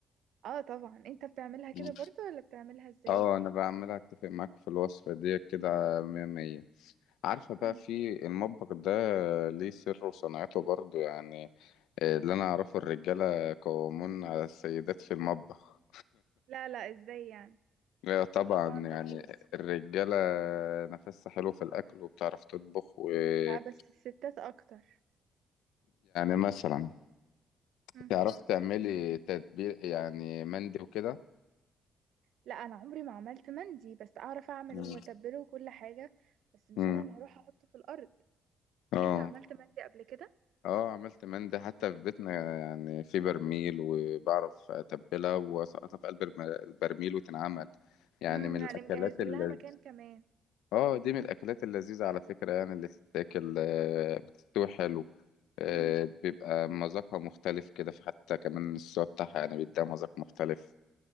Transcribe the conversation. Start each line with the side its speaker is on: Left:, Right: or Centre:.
Right: اه طبعا انت بتعملها
Left: مم.
Right: كده برضو ولا بتعملها ازاي
Left: اه انا بقى عمال اتفق معاك في الوصفه ديت كده مية مية عارفه بقى
Right: مم.
Left: في المطبخ ده ليه سر وصنعته برضو يعني آه، اللي انا اعرفه الرجاله قوامون على السيدات في المطبخ
Right: لا لا ازاي يعني
Left: لا
Right: ستات
Left: طبعا
Right: طبعا
Left: يعني
Right: تفوز
Left: الرجاله نفسها حلو في الاكل وبتعرف تطبخ ويعني
Right: لا بس الستات اكتر
Left: مثلا
Right: مم.
Left: تعرف تعملي تتبيل يعني مندي وكده
Right: لا انا عمري ما عملت مندي بس اعرف اعمله
Left: مم.
Right: واتبله وكل حاجه بس مش
Left: مم.
Right: انا اللي هروح احطه في الارض
Left: اه
Right: انت عملت مندي قبل كده
Left: اه عملت مندي حتى في بيتنا يعني في برميل وبعرف اتبلها واسقطها في قلب الم- البرميل وتنعمل يعني
Right: امم
Left: من
Right: يعني
Left: الاكلات
Right: مجهز لها
Left: اللي
Right: مكان كمان
Left: اه دي من الاكلات اللذيذه على فكره يعني اللي تتاكل آه، بتستوي حلو آه،
Right: امم
Left: بيبقى مذاقها مختلف كده في حتى كمان السوا بتاعها يعني بيديها مذاق مختلف